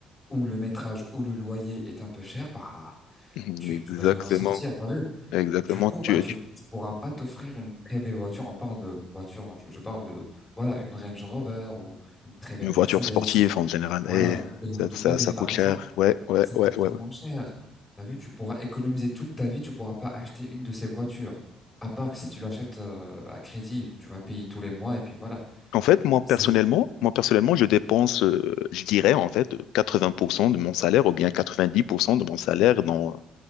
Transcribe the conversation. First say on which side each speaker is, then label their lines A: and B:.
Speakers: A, on the left; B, on the left.
A: où le métrage ou le loyer est un peu cher, bah
B: Hmm,
A: tu,
B: Exactement,
A: tu vas jamais en sortir, t'as vu?
B: exactement.
A: Du coup,
B: Tu,
A: bah, tu,
B: tu-
A: tu pourras pas t'offrir une très belle voiture. On parle de voiture, je, je parle de, voilà, une Range Rover ou une très belle
B: une voiture
A: Mercedes.
B: sportive en général,
A: Voilà,
B: et
A: une BMW,
B: ça, ça, ça
A: par
B: coûte
A: exemple.
B: cher. Ouais, ouais,
A: Ça
B: ouais,
A: coûte
B: ouais.
A: vraiment
B: ouais.
A: cher. T'as vu, tu pourras économiser toute ta vie, tu pourras pas acheter une de ces voitures. À part que si tu l'achètes, euh, à crédit, tu vas payer tous les mois et puis voilà.
B: En fait, moi
A: C'est,
B: personnellement, moi personnellement, je dépense, euh, je dirais en fait 80% de mon salaire ou bien 90% de mon salaire dans,